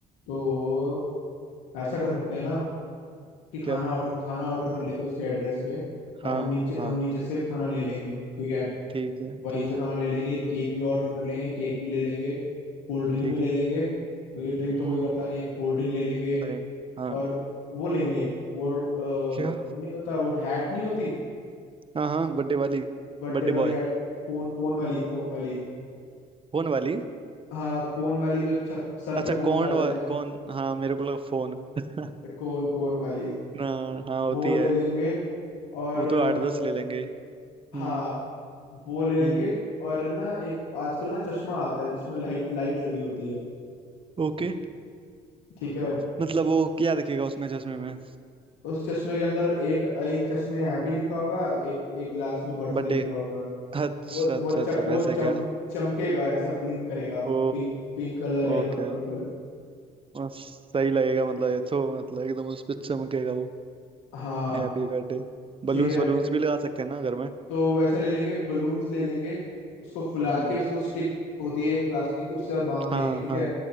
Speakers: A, on the left (about 80°); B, on the right (about 30°).
A: तो ऐसा कर सकते हैं ना कि खाना
B: क्या
A: ऑर्डर खाना ऑर्डर कर लेते हैं उसके एड्रेस पे और
B: हाँ
A: हम नीचे
B: हाँ
A: हम नीचे से खाना ले लेंगे ठीक है
B: ठीक है
A: वहीं
B: ठीक
A: से
B: है
A: खाना ले लेंगे केक भी ऑर्डर कर लेंगे केक भी ले लेंगे कोल्ड ड्रिंक
B: ठीक
A: भी ले
B: है
A: लेंगे तो ये ड्रिंक
B: हम्म
A: तो कोई करता नहीं है कोल्ड ड्रिंक ले लेंगे
B: नहीं हाँ
A: और वो लेंगे वो अ,
B: क्या
A: वो नहीं होता वो हैट नहीं होती
B: हाँ हाँ बर्थडे वाली
A: बर्थडे
B: Birthday
A: वाली
B: boy
A: हैट कोन कोन वाली
B: हम्म
A: कोन वाली
B: फोन वाली
A: हाँ कोन वाली जो छत सर
B: अच्छा
A: पे कोन
B: कौन
A: डालते
B: वा,
A: हैं
B: कौन हाँ मेरे को लगा फोन <laughs>
A: कोन कोन वाली
B: ना हाँ होती
A: वो ले
B: है
A: लेंगे और
B: वो
A: अ,
B: तो आठ दस ले लेंगे हम्म
A: हाँ वो ले लेंगे
B: हम्म
A: और ना एक आजकल ना चश्मा आता है जिसमें लाइट लाइट लगी होती है
B: ओके
A: ठीक है
B: मतलब वो क्या दिखेगा उसमें चश्मे में
A: उस चश्मे के अंदर एक एक चश्मे हैप्पी लिखा होगा एक एक ग्लास में बर्थडे
B: बर्थडे
A: लिखा होगा
B: अच्छा
A: वो
B: अच्छा
A: वो च,
B: अच्छा
A: वो
B: वैसा
A: चम,
B: क्या
A: चमकेगा ऐसा ब्लिंक करेगा पिंक
B: ओ
A: पिंक कलर या
B: ओके
A: पर्पल कलर
B: सही लगेगा मतलब ये तो मतलब एकदम उस पे चमकेगा वो
A: हाँ
B: Happy birthday बलून्स
A: ठीक है
B: बलून्स भी लगा सकते हैं ना घर में
A: तो वैसा ले लेंगे बलून्स ले लेंगे उसको फुला
B: हम्म
A: के उसको स्टिक होती है एक प्लास्टिक की उससे बांध
B: हाँ
A: लेंगे ठीक
B: हाँ
A: है